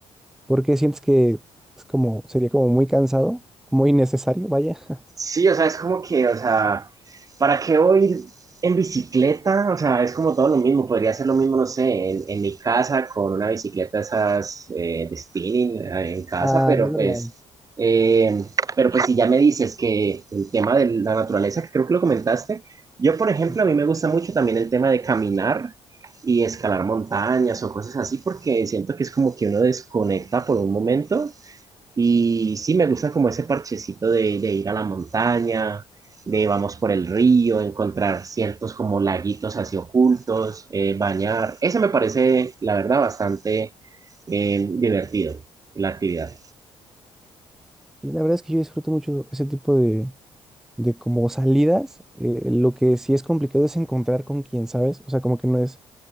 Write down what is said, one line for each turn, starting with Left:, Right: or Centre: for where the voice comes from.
Centre: ¿Por qué sientes que es como, sería como muy cansado, muy innecesario, vaya? <laughs>
Right: Sí, o sea, es como que, o sea, ¿para qué voy a ir en bicicleta? O sea, es como todo lo mismo. Podría ser lo mismo, no sé, en, en mi casa con una bicicleta esas eh, de spinning eh, en casa,
Centre: Ah,
Right: pero
Centre: es verdad.
Right: pues, eh, pero pues si ya me dices que el tema de la naturaleza, que creo que lo comentaste, yo, por ejemplo,
Centre: Sí.
Right: a mí me gusta mucho también el tema de caminar y escalar montañas o cosas así, porque siento que es como que uno desconecta por un momento y sí, me gusta como ese parchecito de, de ir a la montaña, de vamos por el río, encontrar ciertos como laguitos así ocultos, eh, bañar. Ese me parece, la verdad, bastante eh, divertido, la actividad.
Centre: Y la verdad es que yo disfruto mucho ese tipo de, de como salidas, eh, lo que sí es complicado es encontrar con quien, ¿sabes? O sea, como que no es